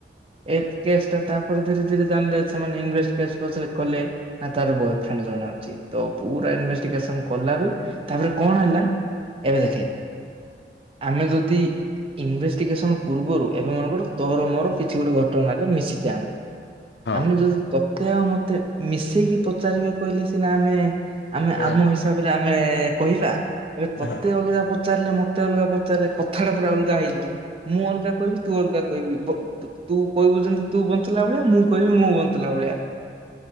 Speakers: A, on the right; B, on the left.
A: ଏ କେସ୍ ଟା ତାପରେ ଧୀରେ ଧୀରେ ଜାଣିଲେ ସେମାନେ ଇନଭେଷ୍ଟ କରୁଥିଲେ କଲେ। ନା ତାର ବୟଫ୍ରେଣ୍ଡ ଜଣ ଚି ତ ପୁରା ଇନଭେଷ୍ଟିକେସନ କଲାରୁ ତାପରେ କଣ ହେଲା। ଏବେ ଦେଖେ ଆମେ ଯଦି ଇନଭେଷ୍ଟ ଟିକେ ସମୟ ପୂର୍ବରୁ ଏବେ ମାନଙ୍କର ତୋର ମୋର କିଛି ଗୋଟେ ଘଟଣାରେ ମିଶିଚେ ଆମେ।
B: ହଁ
A: ଆମେ ଯଦି ତତେ ଆଉ ମତେ ମିଶେଇକି ପଚାରିବେ କହିଲେ ସିନା ଆମେ ଆମେ
B: ଜଣା
A: ଆମ
B: ପଡିବ
A: ହିସାବରେ ଆମେ କହିବା ଏବେ ତତେ
B: ହଁ
A: ଅଲଗା ପଚାରିଲେ ମତେ ଅଲଗା ପଚାରିଲେ କଥାଟା ପୁରା ଅଲଗା ହେଇଯିବ। ମୁଁ ଅଲଗା କହିବି ତୁ ଅଲଗା। କିବି ତୁ କହିବୁ ଯେମିତି ତୁ ବଞ୍ଚିଲା ଭଳିଆ ମୁଁ କହିବୁ ମୁଁ ବଞ୍ଚିଲା ଭଳିଆ।